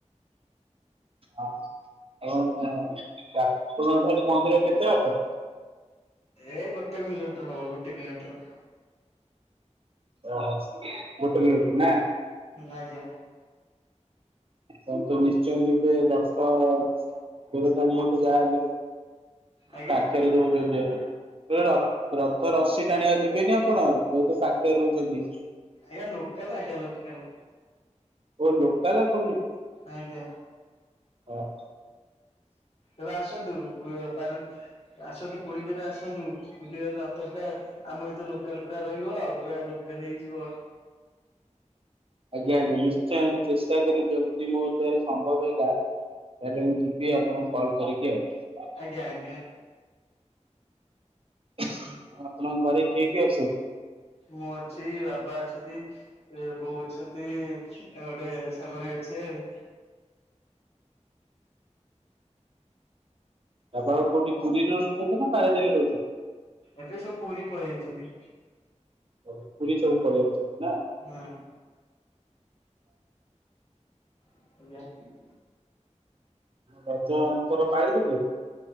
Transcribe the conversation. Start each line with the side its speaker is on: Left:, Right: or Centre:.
Right: ହଁ ଆଉ ଯାଜପୁର <unintelligible> ମନ୍ଦିର କେତେ ବାଟ?
Left: ଏଇ ଗୋଟେ କିଲୋମିଟର ହବ, ଗୋଟେ କିଲୋମିଟର।
Right: ଓହୋ, ଗୋଟେ କିଲୋମିଟର ନା।
Left: ନା, ଆଜ୍ଞା।
Right: ହଁ ତ ନିଶ୍ଚୟ ଯିବେ <unintelligible> ଯାହା ହେଲେ।
Left: ଆଜ୍ଞା
Right: କାଠରେ ଯଉ <unintelligible> <unintelligible> ରଥ ର ରସି ଟାଣିବାକୁ ଯିବେନି ଆପଣ, ବହୁତ ପାଖରେ ରହୁଛନ୍ତି?
Left: ଆଜ୍ଞା। ଲୋକାଲ, ଆଜ୍ଞା, ଲୋକାଲ।
Right: ଓ ଲୋକଲ ଆପଣ ସେ <unintelligible>
Left: ଆଜ୍ଞା।
Right: ହଁ।
Left: ଏବେ ଆସନ୍ତୁ ପୁ ପାରୁ ଆସନ୍ତୁ, ପୁରୀ କେବେ ଆସନ୍ତୁ ବୁଲିବାଲି ରଥ ପୁରା ଆମ ଭିତରୁ ଲୋକାଲ ପୁରା ରହିବ ଆଉ ପୁରା ଲୋକାଲ ହେଇଯିବ।
Right: ଆଜ୍ଞା, ଆଜ୍ଞା। ନିଶ୍ଚୟ ମୁଁ ଚେଷ୍ଟା କରି ଯେଦି ମୋ ଦ୍ୱାରା ସମ୍ଭବ ହେଲା ତାହେଲେ ମୁଁ ଯିବି ଆପଣଙ୍କୁ କଲ୍ କରିବି ଆଉ।
Left: ଆଜ୍ଞା, ଆଜ୍ଞା।
Right: ଆଉ ଆପଣଙ୍କ ଘରେ କିଏ କିଏ ଅଛ ସବୁ?
Left: ମୁଁ ଅଛି, ବାବା ଅଛନ୍ତି, ବୋଉ ଅଛନ୍ତି, ଆଉ ଗୋଟେ ସାନ ଭାଇ ଅଛି ଆଉ।
Right: ଆପଣ କୋଉଠି ପୁରୀରେ ରହୁଛନ୍ତି ନା ପାରାଦୀପରେ ରହୁଛନ୍ତି?
Left: ଏବେ ସବୁ ପୁରୀ ପଳେଇଆଚନ୍ତି।
Right: ଓହ। ପୁରୀ ସବୁ ପଳେଇ ଆଇଛନ୍ତି ନା?
Left: ହଁ, ଆଜ୍ଞା।
Right: ରଜ ଏଥର ପାଳିଥିଲେ?